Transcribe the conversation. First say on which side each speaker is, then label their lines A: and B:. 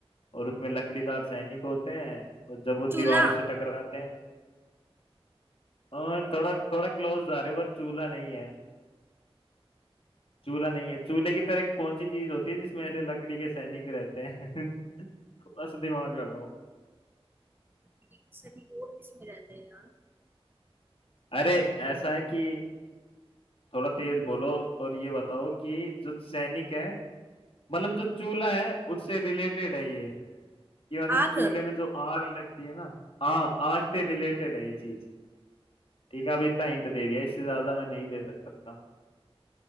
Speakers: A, on the left; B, on the right.
A: और उसमें लकड़ीदार सैनिक होते हैं और जब वो दीवारों
B: चूल्हा
A: से टकराते हैं अ, थोड़ा थोड़ा क्लोज आ रहे हो, पर चूल्हा नहीं है चूल्हा नहीं है चूल्हे की तरह कौन सी चीज होती है जिसमें ऐसे लकड़ी के सैनिक रहते हैं <laughs> थोड़ा सा दिमाग लगाओ
B: अरे ये सभी और किसमें रहते हैं यार
A: अरे ऐसा है कि थोड़ा तेज बोलो और ये बताओ कि जो सैनिक है मतलब जो चूल्हा है उससे रिलेटेड है ये कि मतलब
B: आग
A: चूल्हे में जो आग लगती है ना आ आग से रिलेटेड है ये चीज ठीक है अब इतना हिंट दे दिया इससे ज्यादा मैं नहीं दे सकता